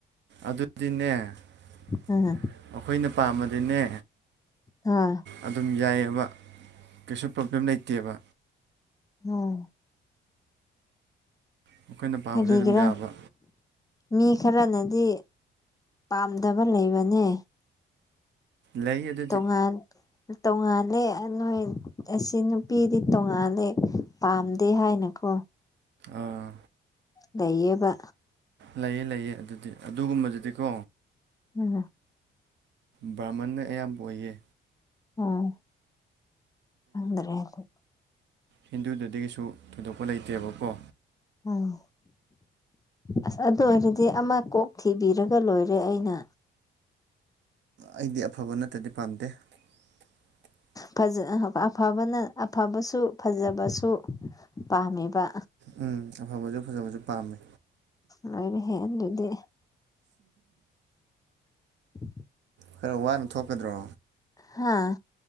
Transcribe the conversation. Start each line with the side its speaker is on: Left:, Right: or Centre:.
Right: ꯑꯗꯨꯗꯤꯅꯦ ꯑꯩꯈꯣꯏꯅ
Left: ꯎꯝ
Right: ꯄꯥꯝꯃꯗꯤꯅꯦ
Left: ꯍꯣꯏ
Right: ꯑꯗꯨꯝ ꯌꯥꯏꯑꯦꯕ ꯀꯩꯁꯨ ꯄ꯭ꯔꯣꯕ꯭ꯂꯦꯝ ꯂꯩꯇꯦꯕ꯫
Left: ꯎꯝ꯫
Right: ꯑꯩꯈꯣꯏꯅ ꯄꯥꯝꯕꯗꯩ
Left: ꯀꯔꯤꯒꯤꯔꯥ
Right: ꯑꯗꯨꯝ ꯌꯥꯕ꯫
Left: ꯃꯤ ꯈꯔꯅꯗꯤ ꯄꯥꯝꯗꯕ ꯂꯩꯕꯅꯦ꯫
Right: ꯂꯩ ꯑꯗꯨꯗꯤ꯫
Left: ꯇꯣꯉꯥꯟ ꯇꯣꯡꯉꯥꯜꯂꯦ ꯅꯣꯏ ꯑꯁꯤ ꯅꯨꯄꯤꯗꯤ ꯇꯣꯉꯥꯜꯂꯦ ꯄꯥꯝꯗꯦ ꯍꯥꯏꯅꯀꯣ <unintelligible>
Right: ꯑꯥ꯫
Left: ꯂꯩꯌꯦꯕ꯫
Right: ꯂꯩꯌꯦ-ꯂꯩꯌꯦ ꯑꯗꯨꯗꯤ ꯑꯗꯨꯒꯨꯝꯕꯗꯨꯗꯤꯀꯣ
Left: ꯎꯝ꯫
Right: ꯕ꯭ꯔꯥꯃꯟꯅ ꯑꯌꯥꯝꯕ ꯑꯣꯏꯌꯦ꯫
Left: ꯎꯝ ꯈꯪꯗ꯭ꯔꯦ ꯑꯗꯨ
Right: ꯍꯤꯟꯗꯨꯗꯒꯤꯁꯨ ꯊꯣꯏꯗꯣꯛꯄ ꯂꯩꯇꯦꯕꯀꯣ꯫
Left: ꯎꯝ ꯑꯁ ꯑꯗꯨ ꯑꯣꯏꯔꯗꯤ ꯑꯃ ꯀꯣꯛ ꯊꯤꯕꯤ ꯔꯒ ꯂꯣꯏꯔꯦ ꯑꯩꯅ
Right: ꯑꯩꯗꯤ ꯑꯐꯕ ꯅꯠꯇꯗꯤ ꯄꯥꯝꯗꯦ꯫ <unintelligible>
Left: ꯐꯖ ꯑꯐꯕꯅ ꯑꯐꯕꯁꯨ ꯐꯖꯕꯁꯨ ꯄꯥꯝꯃꯤꯕ꯫
Right: ꯎꯝ ꯑꯐꯕꯁꯨ ꯐꯖꯕꯁꯨ ꯄꯥꯝꯃꯦ꯫
Left: ꯂꫭꯏꯔꯦꯍꯦ ꯑꯗꯨꯗꯤ꯫ <unintelligible> <inaudible>
Right: ꯈꯔ ꯋꯥꯅ ꯊꯣꯛꯀꯗ꯭ꯔꯣ꯫
Left: ꯍꯥꯥ꯫